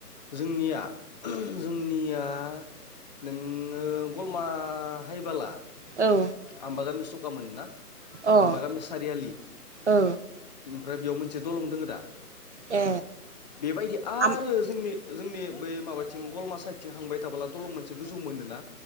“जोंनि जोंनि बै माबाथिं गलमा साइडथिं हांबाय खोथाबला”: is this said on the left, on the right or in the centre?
Left